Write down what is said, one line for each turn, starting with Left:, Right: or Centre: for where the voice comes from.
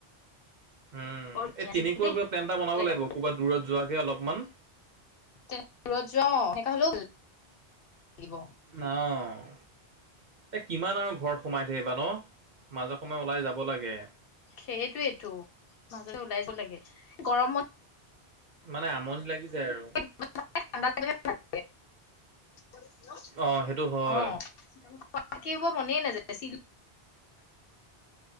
Right: উম,
Left: বৰ ধুনীয়া
Right: এই
Left: আছিল
Right: তেনেকুৱা
Left: দেই
Right: কিবা প্লেন এটা বনাব
Left: জেগা
Right: লাগিব ক'ৰবাত দূৰত যোৱাকে অলপমান?
Left: তেনেকুৱা দূৰত যোৱা সেনেকা হ'লেও ভাল লাগিব।
Right: অ'। এই কিমান আৰু ঘৰত সোমাই থাকিবা ন? মাজে সময়ে ওলাই যাব লাগে।
Left: সেইটোৱেইটো মাজতে ওলাই যাব লাগে। গৰম
Right: মানে আমনি লাগি যায় আৰু।
Left: অ <unintelligible>
Right: অ' সেইটো হয়
Left: থাকিব মনেই নাযায় চ